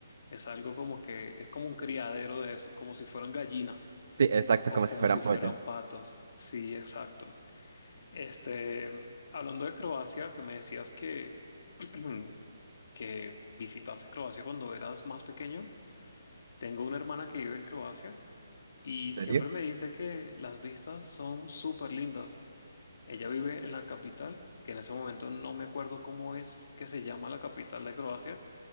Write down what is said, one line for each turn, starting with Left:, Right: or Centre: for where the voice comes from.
Left: Es algo como que, es como un criadero de eso, como si fueran gallinas
Right: sí, exacto,
Left: o
Right: como
Left: como
Right: si fueran
Left: si
Right: pollos.
Left: fueran patos. Sí, exacto. Este, hablando de Croacia, que me decías que, <clears throat> que visitaste Croacia cuando eras más pequeño, tengo una hermana que vive en Croacia y siempre
Right: ¿En serio?
Left: me dice que las vistas son súper lindas. Ella vive en la capital, que en ese momento no me acuerdo cómo es que se llama la capital de Croacia,